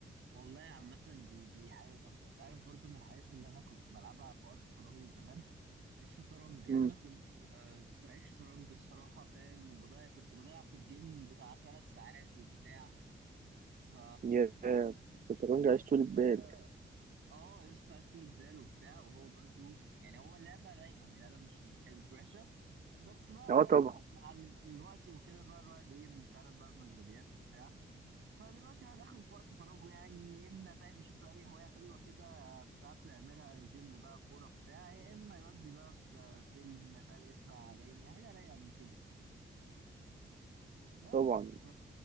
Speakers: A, on the right (about 80°); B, on the right (about 45°).
A: والله عامة دي دي حاجة جامدة، أنت عارف برضو من الحاجات اللي أنا كنت بلعبها في وقت فراغي زمان الشطرنج، يعني
B: امم
A: أنا كنت آه، كنت لعيب شطرنج الصراحة فاهم وبضيع كنت بضيع في الجيم بتاع ثلاث ساعات وبتاع ف
B: يا الشطرنج عايز
A: اسمه
B: طول بال
A: إيه ده؟ أه يا اسطى عايز طول بال وبتاع وهو برضو يعني هو لعبة رايقة يعني لعبة مش مش حلوة مش وحشة بس بقى
B: اه
A: فاهم
B: طبعا
A: مع الوقت وكده بقى الواحد إيه أنت عارف بقى المشغوليات وبتاع فدلوقتي الواحد اخره في وقت فراغه يعني يا اما فاهم يشوف له اي هوايه حلوه كده بتاعته يعملها جيم بقى كوره بتاع يا اما يودي بقى في فيلم فاهم يسمع اغاني حاجه رايقه من كده بس
B: طبعا
A: ف